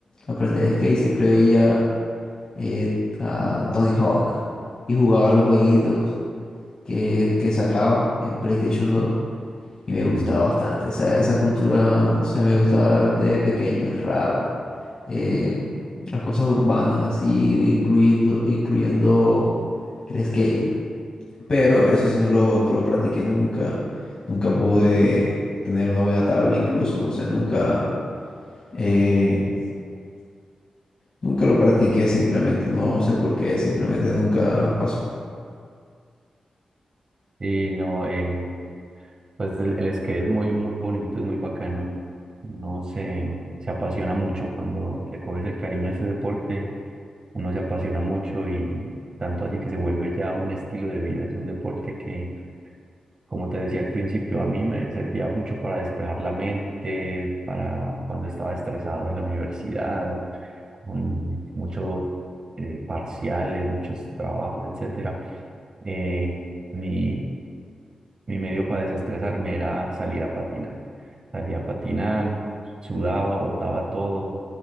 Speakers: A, on the left; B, on the right.
A: aprender skate, siempre veía eh, a Tony Hawk y jugaba los jueguitos que, que sacaba en PlayStation 2 y me
B: Sí.
A: gustaba bastante. Esa, esa cultura, no sé, me gustaba de pequeño, el rap, eh, las cosas urbanas así, incluyendo, incluyendo el skate. Pero eso sí no lo, no lo practiqué nunca. Nunca pude tener una buena tabla incluso, no sé, nunca, eh, nunca lo practiqué simplemente. No sé por qué, simplemente nunca pasó.
B: Y no, eh, pues el, el skate es muy, muy bonito, es muy bacano. Uno se, se apasiona mucho cuando le coges el cariño a ese deporte. Uno se apasiona mucho y tanto así que se vuelve ya un estilo de vida. Es un deporte que, como te decía al principio, a mí me servía mucho para despejar la mente, para cuando estaba estresado en la universidad, con muchos parciales, muchos trabajos, etcétera. Eh, mi, mi medio para desestresarme era salir a patinar. Salía a patinar, sudaba, botaba todo,